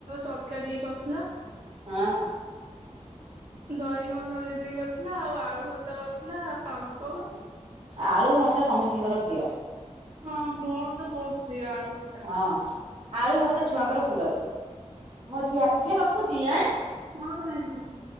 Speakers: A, on the right; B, on the right.
A: ତଡକା ଦେଇକି କରିଥିଲା।
B: ହଁ।
A: ଦହି କଣ ତଡକା ଦେଇ କରିଥିଲା ଆଉ ଆଳୁଭର୍ତା କରିଥିଲା ପା ମ୍ପଡ
B: ଆଳୁ ଭର୍ତା ସମି଼ସ୍ତିଙ୍କର ପ୍ରିୟ।
A: ହଁ ମୋର ତ ବହୁତ ପ୍ରିୟ ଆଳୁଭର୍ତା।
B: ହଁ ଆଳୁ ଭର୍ତା ଛୁଆଙ୍କର ପୁରା ପ୍ରିୟ ମୋ ଝିଅ ଝିଅ ରଖୁଛି ଆଁ।
A: ହଁ ହଁ ଆଣ୍ଟୀ ରଖ